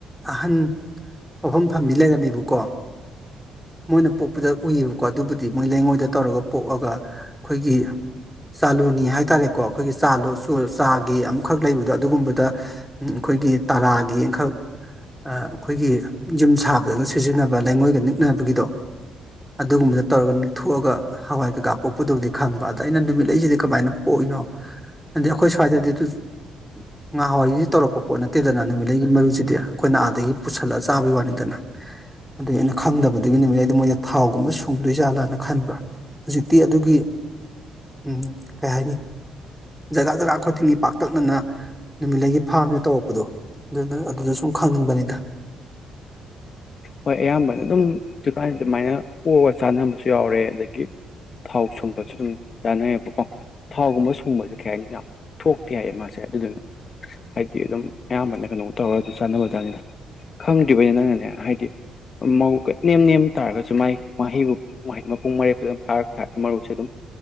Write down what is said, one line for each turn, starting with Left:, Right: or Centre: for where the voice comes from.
Centre: ꯑꯍꯟ ꯄꯣꯛꯐꯝ ꯐꯝꯕꯤ ꯂꯩꯔꯝꯃꯦꯕꯀꯣ ꯃꯣꯏꯅ ꯄꯣꯛꯄꯗ ꯎꯏꯌꯦꯕꯀꯣ ꯑꯗꯨꯕꯨꯗꯤ ꯃꯣꯏ ꯂꯩꯉꯣꯏꯗ ꯇꯧꯔꯒ ꯄꯣꯛꯑꯒ ꯑꯩꯈꯣꯏꯒꯤ ꯆꯥꯂꯨꯅꯤ ꯍꯥꯏꯇꯥꯥꯔꯦꯀꯣ ꯑꯩꯈꯣꯏꯒꯤ ꯆꯥ ꯆꯥꯒꯤ ꯑꯃꯈꯛ ꯂꯩꯕꯗꯣ ꯑꯗꯨꯒꯨꯝꯕꯗ ꯑꯩꯈꯣꯏꯒꯤ ꯇꯔꯥꯒꯤ ꯑꯃꯈꯛ ꯑꯩꯈꯣꯏꯒꯤ ꯌꯨꯝ ꯁꯥꯕꯗꯒ ꯁꯤꯖꯤꯟꯅꯕ ꯂꯩꯉꯣꯏꯒ ꯅꯤꯛꯅꯕꯒꯤꯗꯣ ꯑꯗꯨꯒꯨꯝꯕꯗ ꯇꯧꯔꯒ ꯅꯤꯛꯊꯣꯛꯑꯒ ꯍꯋꯥꯏ ꯀꯩꯀꯥ ꯄꯣꯛ ꯃꯗꯕꯨꯗꯤ ꯈꯪꯕ ꯑꯗ ꯑꯩꯅ ꯅꯨꯃꯤꯠꯂꯩꯁꯤꯗꯤ ꯀꯃꯥꯏꯅ ꯄꯣꯛꯏꯅꯣ ꯍꯥꯏꯗꯤ ꯑꯩꯈꯣꯏ ꯁ꯭ꯋꯥꯏꯗꯗꯤ ꯑꯗꯨ ꯉꯥꯋꯥꯏꯒꯤꯗꯤ ꯇꯧꯔꯛꯄ ꯄꯣꯠ ꯅꯠꯇꯦꯗꯅ ꯅꯨꯃꯤꯠꯂꯩꯒꯤ ꯃꯔꯨꯁꯤꯗꯤ ꯑꯩꯈꯣꯏꯅ ꯑꯥꯗꯒꯤ ꯄꯨꯁꯜꯂꯒ ꯆꯥꯕꯩ ꯋꯥꯅꯤꯗꯅ ꯑꯗꯨ ꯑꯩꯅ ꯈꯪꯗꯕꯗꯨꯗꯒꯤ ꯅꯨꯃꯤꯠ ꯑꯩꯩꯗ ꯃꯣꯏꯗ ꯊꯥꯎꯒꯨꯝꯕ ꯁꯨꯡꯗꯣꯏꯖꯥꯠꯂꯥꯅ ꯈꯟꯕ ꯍꯧꯖꯤꯛꯇꯤ ꯑꯗꯨꯒꯤ ꯑꯗꯨꯒꯤ ꯎꯝ ꯀꯩ ꯍꯥꯏꯅꯤ ꯖꯒꯥ ꯖꯒꯥ ꯈꯨꯗꯤꯡꯒꯤ ꯄꯥꯛꯇꯛꯅꯅ ꯅꯨꯃꯤꯠꯂꯒꯤ ꯐꯥꯝꯁꯦ ꯇꯧꯔꯛꯄꯗꯣ ꯑꯗꯨꯅ ꯑꯗꯨꯗ ꯁꯨꯝ ꯈꯪꯅꯤꯡꯕꯅꯤꯗ
Left: ꯍꯣꯏ ꯑꯌꯥꯝꯕꯅ ꯑꯗꯨꯝ ꯍꯧꯀꯥꯏ ꯑꯗꯨꯃꯥꯏꯅ ꯑꯣꯑꯒ ꯆꯥꯟꯅꯔꯃꯁꯨ ꯌꯥꯎꯔꯦ ꯑꯗꯒꯤ ꯊꯥꯎ ꯁꯨꯝꯕꯁꯨ ꯑꯗꯨꯝ ꯇꯅ <unintelligible> ꯊꯥꯎꯒꯨꯝꯕ ꯁꯨꯡꯕꯁꯤꯁꯦ ꯀꯩ ꯍꯥꯏꯅꯤ ꯌꯥꯝ ꯊꯣꯛꯇꯦ ꯌꯥꯏꯌꯦ ꯃꯥꯁꯦ ꯑꯗꯨꯗꯨꯅ ꯍꯥꯏꯗꯤ ꯑꯗꯨꯝ ꯑꯌꯥꯝꯕꯅ ꯀꯩꯅꯣ ꯇꯧꯔ ꯑꯗꯨ ꯆꯥꯟꯅꯕ ꯆꯥꯅꯤꯗ ꯈꯪꯗ꯭ꯔꯤꯕ ꯅꯪꯅꯅꯦ ꯍꯥꯏꯗꯤ ꯃꯕꯨꯛꯀ ꯅꯦꯝ ꯅꯦꯝ ꯇꯥꯔꯒꯁꯨ ꯃꯥ ꯃꯍꯩꯕꯨꯗꯤ ꯃꯄꯨꯡ ꯃꯔꯦꯇ ꯑꯗꯨꯝ ꯐꯥꯔꯛ ꯊꯥꯔ ꯃꯔꯨꯁꯦ ꯑꯗꯨꯝ